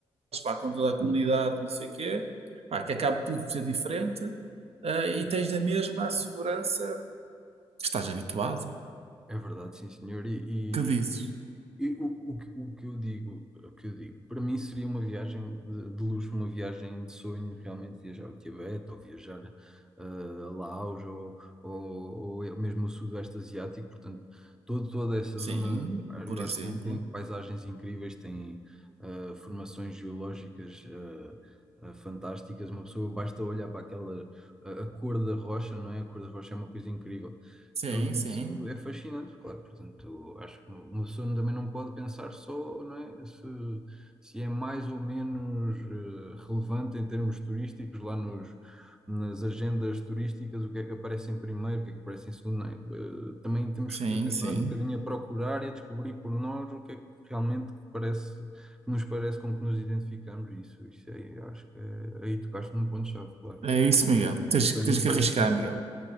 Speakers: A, on the right; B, in the centre.
A: para com toda a conta da comunidade, não sei o quê, pá, que acaba tudo por ser diferente, ah, e tens da mesma a segurança que estás habituado,
B: É verdade, sim, senhor. E,
A: que dizes,
B: E o, o, que o que eu digo, o que eu digo, para mim seria uma viagem de, de luxo, uma viagem de sonho, realmente viajar ao Tibete ou viajar eh, a Laos ou, ou, ou mesmo o Sudoeste Asiático, portanto, todo, toda essa
A: sim,
B: zona, eh,
A: por
B: eu acho
A: exemplo,
B: que tem, tem paisagens incríveis, tem eh, formações geológicas eh, eh, fantásticas, uma pessoa basta olhar para aquela, a, a cor da rocha, não é? A cor da rocha é uma coisa incrível
A: sim,
B: tudo
A: sim,
B: isso é fascinante, claro. Portanto, acho que uma pessoa também não pode pensar só, não é, se, se é mais ou menos eh, relevante em termos turísticos lá nos, nas agendas turísticas, o que é que aparece em primeiro, o que é que aparece em segundo. Não é? Eh, também temos
A: sim,
B: que
A: sim.
B: nós um bocadinho a procurar e a descobrir por nós o que é que realmente que parece, que nos parece com que nos identificamos. Isso, isso aí, acho que é, aí tocaste num ponto-chave, claro.
A: É isso, Miguel. Tens,
B: Para
A: tens
B: mim
A: que
B: parece
A: arriscar,
B: muito.
A: Miguel.